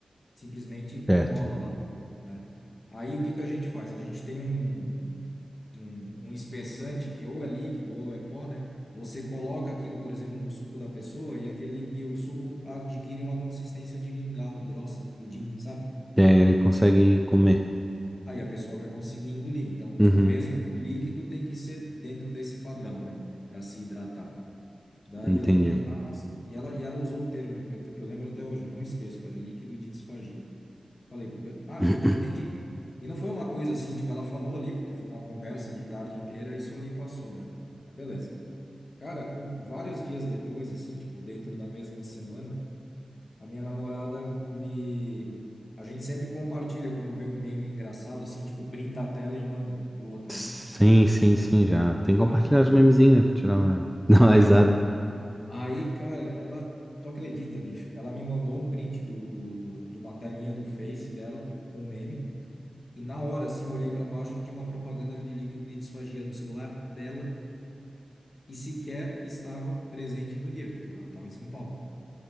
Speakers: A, on the left; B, in the centre.
A: simplesmente não
B: certo.
A: rola lá, né? Aí o que que a gente faz? A gente tem um, um, um espessante que ou é líquido ou é pó, né? Você coloca aquilo, por exemplo, no suco da pessoa e aquele e o suco adquire uma consistência de mingau, grossa, pudim, sabe?
B: E aí ele consegue comer.
A: Aí a pessoa vai conseguir engolir. Então,
B: Uhum,
A: tipo, mesmo o líquido tem que ser dentro desse padrão, né? Para se hidratar. Daí
B: entendi.
A: eu falei, ah, nossa, e ela, e ela usou o termo, eu, eu lembro até hoje, eu não esqueço, cara, líquido de disfagia. Falei, "B- ah,
B: <clears throat>
A: entendi. E não foi uma coisa assim, tipo, ela falou ali, porque foi uma conversa de tarde inteira e isso ali passou, né? Mas Beleza. Cara, um- vários dias depois, assim, tipo, dentro da mesma semana, a minha namorada me. A gente sempre compartilha quando vê um meme engraçado, assim, tipo, printa a tela e manda pro outro,
B: Sim,
A: né?
B: sim, sim, já. Tem que compartilhar
A: Ah,
B: os memezinhos, né? Pra tirar uma, <laughs> dar uma
A: É.
B: risada.
A: Aí, cara, ela. Tu acredita, bicho? Ela me mandou um print do, do, do, de uma telinha do Face dela com um meme. E na hora, assim, eu olhei para baixo, tinha uma propaganda de líquido de disfagia no celular dela e sequer estava presente no dia. Tipo, ela estava em São Paulo.